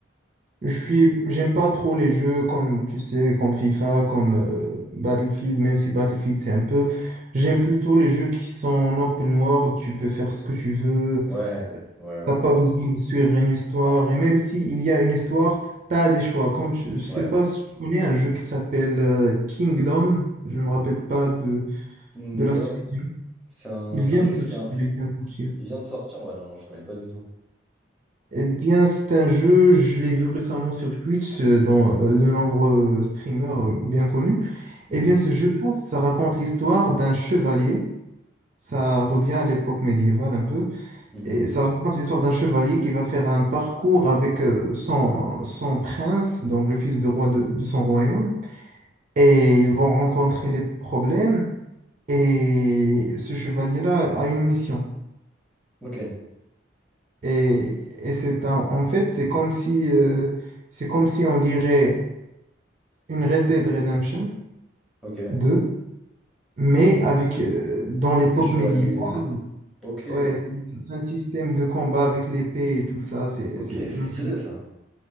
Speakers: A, on the right; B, in the centre.
A: je suis, j'aime pas trop les jeux comme, tu sais, comme FIFA, comme euh, Battlefield, même si Battlefield c'est un peu. J'aime plutôt les jeux qui sont en open world, tu peux faire ce que tu veux,
B: Ouais, ouais, ouais,
A: t'as pas besoin de suivre une histoire, et même s'il y a une histoire, t'as des choix. Comme, je, je sais
B: ouais.
A: pas si tu connais un jeu qui s'appelle euh, Kingdom, je me rappelle pas de,
B: Kingdom,
A: de la suite.
B: c'est un,
A: Il
B: c'est
A: vient
B: un jeu
A: de sortir,
B: qui a-
A: il vient de sortir.
B: il vient de sortir. Ouais, non, non, je connais pas du tout.
A: Eh bien, c'est un jeu, je l'ai vu récemment sur Twitch, euh, dans euh, de nombreux streamers euh, bien connus.
B: Mhm,
A: Eh bien, ce jeu-là, ça raconte l'histoire d'un chevalier. Ça revient à l'époque médiévale un peu.
B: mhm.
A: Et ça raconte l'histoire d'un chevalier qui va faire un parcours avec euh, son, son prince, donc le fils du roi de, de son royaume. Et ils vont rencontrer des problèmes. Et ce chevalier-là a une mission.
B: Ok,
A: Et, et c'est un- en fait, c'est comme si, euh, c'est comme si on dirait une Red Dead Redemption
B: ok.
A: deux mais avec, euh, dans l'époque
B: Des chevaliers
A: médiévale,
B: et tout. Ok,
A: ouais, un système de combat avec l'épée et tout ça, c'est,
B: ok,
A: c'est...
B: c'est
A: magnifique.
B: stylé ça.